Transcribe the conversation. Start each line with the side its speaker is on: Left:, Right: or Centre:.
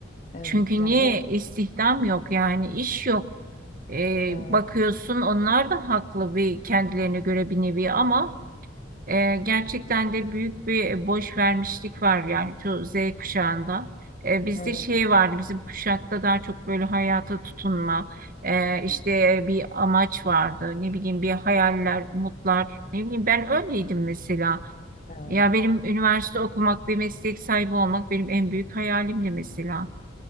Left: Evet
Right: Çünkü
Left: yani
Right: niye
Left: o
Right: istihdam yok yani iş yok. Ee,
Left: evet
Right: bakıyorsun onlar da haklı bir kendilerine göre bir nevi ama e, gerçekten de büyük bir e, boş vermişlik var yani şu Z kuşağında. E, bizde
Left: evet.
Right: şey vardı bizim kuşakta daha çok böyle hayata tutunma, e, işte
Left: Hı.
Right: e, bir amaç vardı, ne bileyim bir hayaller, umutlar, ne bileyim ben öyleydim mesela.
Left: Evet.
Right: Ya benim üniversite okumak, bir meslek sahibi olmak benim en büyük hayalimdi mesela.